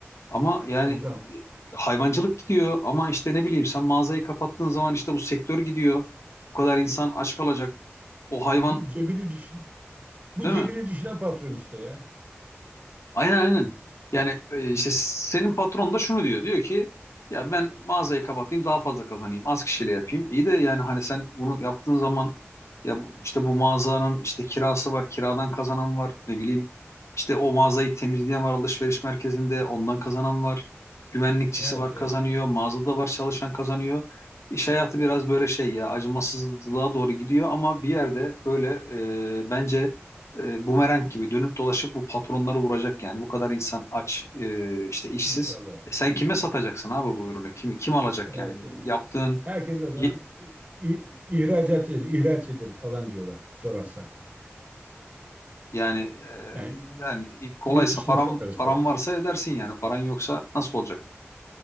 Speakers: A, on the left; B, on the right.
A: Ama yani
B: Hocam
A: hayvancılık gidiyor ama işte ne bileyim sen mağazayı kapattığın zaman işte bu sektör gidiyor. Bu kadar insan aç kalacak. O hayvan
B: bu cebini düşün bu
A: değil
B: cebini
A: mi?
B: düşünen patron işte ya.
A: Aynen aynen. Yani e, işte senin patron da şunu diyor. Diyor ki ya ben mağazayı kapatayım daha fazla kazanayım. Az kişiyle yapayım. İyi de yani hani sen bunu yaptığın zaman ya bu- işte bu mağazanın işte kirası var. Kiradan kazanan var. Ne bileyim işte o mağazayı temizleyen var alışveriş merkezinde. Ondan kazanan var. Güvenlikçisi
B: Evet
A: var
B: evet
A: kazanıyor. Mağazada var çalışan kazanıyor. İş hayatı biraz böyle şey ya acımasızlığa doğru gidiyor ama bir yerde böyle e, bence e, bumerang gibi dönüp dolaşıp bu patronları vuracak yani. Bu kadar insan aç, e, işte işsiz.
B: inşallah.
A: E, sen kime satacaksın abi bu ürünü? Kim, kim alacak
B: Evet,
A: yani?
B: evet.
A: Yaptığın
B: Herkes o zaman
A: y-
B: i- i- ihracat ed- ihraç ederiz falan diyorlar sorarsa.
A: yani e,
B: Yani
A: yani kolaysa
B: yurt dışına
A: param
B: satarız
A: param
B: falan.
A: varsa edersin yani. Paran yoksa nasıl olacak?